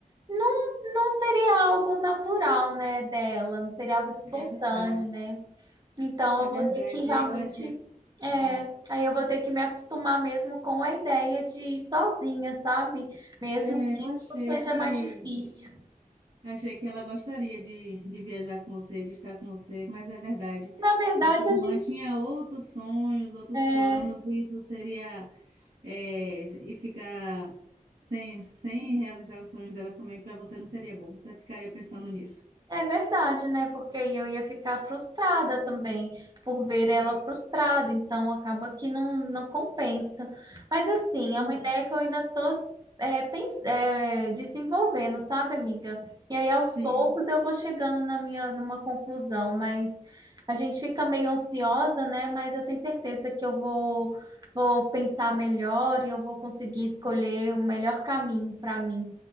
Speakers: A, on the right; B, on the right.
A: não, não seria algo natural, né, dela, não seria algo espontâneo,
B: é verdade.
A: né? Então,
B: É
A: eu
B: verdade,
A: vou ter que realmente.
B: eu achei que.
A: É,
B: É,
A: aí eu vou ter que me acostumar mesmo com a ideia de ir sozinha, sabe? Mesmo
B: é,
A: que
B: eu achei
A: isso seja
B: que
A: mais difícil.
B: Achei que ela gostaria de, de viajar com você, de estar com você, mas é verdade.
A: Na verdade,
B: A sua irmã
A: a gente.
B: tinha outros sonhos, outros
A: É,
B: planos, e isso seria, é, e ficar sem, sem realizar os sonhos dela também para você não seria bom. Você ficaria pensando nisso.
A: É verdade, né? Porque aí eu ia ficar frustrada também por ver
B: Isso.
A: ela frustrada, então acaba que não, não compensa. Mas assim,
B: É verdade.
A: é uma ideia que eu ainda tô é, pens- é, desenvolvendo, sabe, amiga? E aí aos
B: Sim,
A: poucos eu vou chegando na minha numa conclusão, mas a gente fica meio ansiosa, né? Mas eu tenho certeza que eu vou vou pensar melhor e eu vou conseguir escolher o melhor caminho para mim.